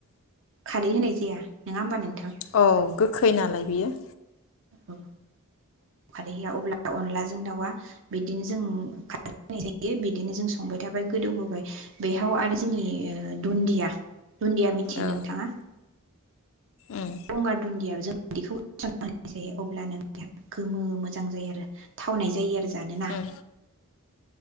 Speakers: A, on the right; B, on the left.
A: खारै होनाय जाया नोङा ओमबा नोंथा
B: औ गोखै नालाय बियो।
A: औ खारै होया अब्ला अनलाजों दाउआ बिद दिनो जों खारै होनाय जायो। बिदिनो जों संबाय थाबाय गोदौहोबाय बेयाव आरो जोंनि ओ दुन्दिया दुन्दिया मिथियो
B: औ
A: नों <unintelligible>
B: उम
A: गंगार दुन्दिया बिदिखौ जायो अब्ला नों बेहा गोमो मोजां जायो आरो थावनाय जायो आरो जानोना
B: उम